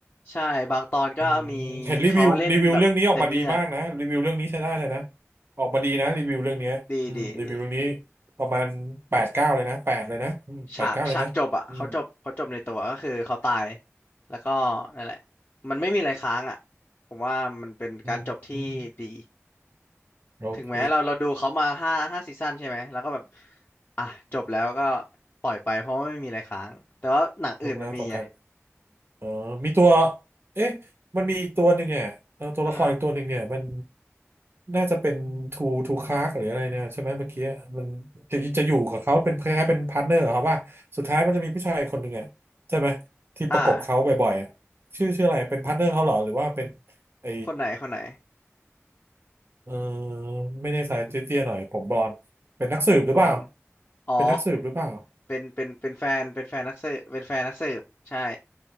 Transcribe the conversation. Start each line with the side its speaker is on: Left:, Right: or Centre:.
Left: ใช่บางตอนก็มีเขาเล่นแบบเต็มเรื่อง
Right: อืมเห็นรีวิวรีวิวเรื่องนี้ออกมาดีมากนะรีวิวเรื่องนี้ใช้ได้เลยนะออกมาดีนะรีวิวเรื่องเนี้ยอืมรีวิวเรื่องนี้
Left: ดีดีดี
Right: ประมาณแปดเก้าเลยนะแปดเลยนะอืมแปดเก้าเลยนะอืม
Left: ฉากฉากจบอะเขาจบเขาจบในตัวก็คือเขาตายแล้วก็นั่นแหละมันไม่มีอะไรค้างอะผมว่ามันเป็นการจบที่ดี
Right: อืมอืม โอเค
Left: ถึงแม้เราเราดูเขามาห้าห้าซีซั่นใช่ไหมแล้วก็แบบอ่ะจบแล้วก็ปล่อยไปเพราะว่าไม่มีอะไรค้างแต่ว่าหนังอื่นมันมีไง
Right: เลิกแล้วต่อกันเออมีตัวเอ๊ะมันมีอีกตัวหนึ่งอ่ะเออตัวละครอีกตัวหนึ่งเนี่ยมัน
Left: อือฮึ
Right: น่าจะเป็นทูทูคาร์กหรืออะไรเนี่ยใช่ไหมเมื่อกี้มันจะจะอยู่กับเขาเป็นคล้ายๆเป็นพาร์ทเนอร์ครัว่าสุดท้ายมันจะมีผู้ชายคนหนึ่งอ่ะใช่ไหมที่ประกบเขาบ่อยๆอะชื่อชื่ออะไรเป็นพาร์ทเนอร์เขาเหรอหรือว่าเป็น
Left: อ่า
Right: ไอ
Left: คนไหนคนไหน
Right: เออไม่แน่ใจเตี้ยๆหน่อยผมบลอนด์เป็นนักสืบหรือเปล่า
Left: ผมบลอนด์อ๋อ
Right: เป็นนักสืบหรือเปล่า
Left: เป็นเป็นเป็นแฟนเป็นแฟนนักสืบเป็นแฟนนักสืบใช่